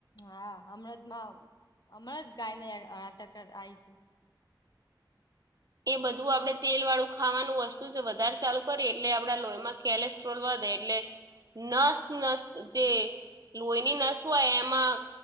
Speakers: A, on the left; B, on the right.
A: હા હમણાં જ માં હમણાં જ ગાયને એટેક <unintelligible>
B: એ બધું આપડે તેલ વાળું ખાવાનું વસ્તુ છે વધારે ચાલુ કરીએ એટલે આપડા લોહીમાં કેલેસ્ટ્રોલ વધે એટલે નસ નસ્ જે લોહીની નસ હોય એમાં